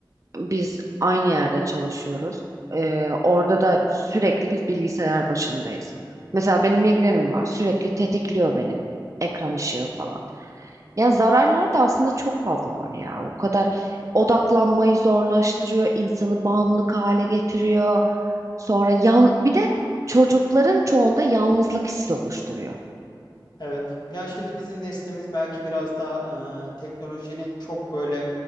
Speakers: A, on the right; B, on the left.
A: Biz aynı yerde çalışıyoruz. Ee, orada da sürekli biz bilgisayar başındayız. Mesela benim migrenim var. Sürekli tetikliyor beni. Ekran ışığı falan. Yani zararlar da aslında çok fazla var ya. O kadar odaklanmayı zorlaştırıyor, insanı bağımlılık hale getiriyor. Sonra yan bir de çocukların çoğunda yalnızlık hissi oluşturuyor
B: Evet. Ya şimdi bizim neslimiz belki biraz daha e, teknolojinin çok böyle